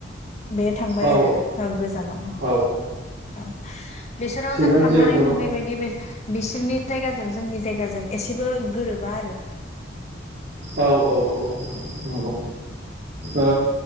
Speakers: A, on the left (about 35°); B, on the right (about 60°).
A: बे थांबाय
B: औ
A: आरो ओं गोजानाव
B: औ औ
A: औ बिसोराव
B: थिगानो
A: जों थांनानै
B: जिहेथु
A: नुहैबायदि बे बिसोरनि जायगाजों जोंनि जायगाजों एसेबो गोरोबा आरो
B: औ औ औ नंगौ ओ